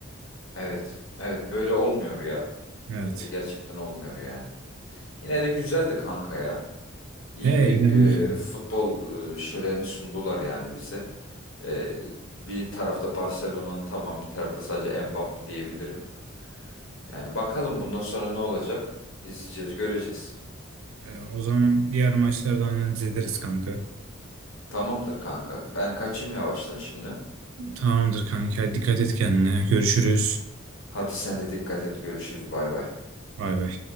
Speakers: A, on the left; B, on the right.
A: Evet. Evet. Böyle olmuyor ya.
B: Evet.
A: Böyle gerçekten olmuyor yani. Yine de güzeldi kanka ya. İyi
B: He eğlendik
A: bir
B: ya.
A: e, futbol e, şöleni sundular yani bize. E, bir tarafta Barcelona'nın tamam bir tarafta sadece Mbappe diyebilirim. Yani bakalım bundan sonra ne olacak? İzleyeceğiz, göreceğiz.
B: E, o zaman diğer maçları da analiz ederiz kanka.
A: Tamamdır kanka. Ben kaçayım yavaştan şimdi.
B: Tamamdır kanka. Dikkat et kendine. Görüşürüz.
A: Hadi sen de dikkat et. Görüşürüz. Bay bay.
B: Bay bay.